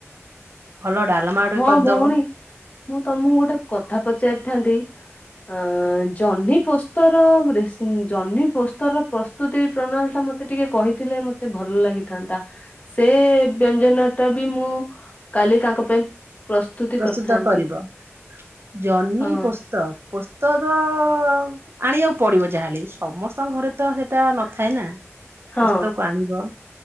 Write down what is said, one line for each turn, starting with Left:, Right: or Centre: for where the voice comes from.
Right: ଭଲ ଡାଲମା। ଗୋଟେ
Left: ହଁ
Right: କରିଦବ
Left: ଭଉଣୀ ମୁଁ ତମକୁ ଗୋଟେ କଥା ପଚାରିଥାନ୍ତି? ହଁ ଜହ୍ନି ପୋସ୍ତର ଜହ୍ନି ପୋସ୍ତର। ପ୍ରସ୍ତୁତ ପ୍ରଣାଳିଟା ମତେ ଟିକେ କହିଥିଲେ ମତେ ଭଲ ଲାଗିଥାନ୍ତା। ସେ ବ୍ୟଞ୍ଜନଟା ବି ମୁଁ କାଲି ତାଙ୍କ ପାଇଁ ପ୍ରସ୍ତୁତି
Right: ପ୍ରସ୍ତୁତ
Left: କରିଥାନ୍ତି
Right: କରିବ ଜହ୍ନି
Left: ହଁ
Right: ପୋସ୍ତ ପୋସ୍ତର ଆଣିବାକୁ ପଡିବ ଯାହାହେଲେ ସମସ୍ତଙ୍କ ଘରେ ତ ସେଇଟା ନଥାଏ ନା।
Left: ହଁ।
Right: ପୋସ୍ତକ ଆଣିବ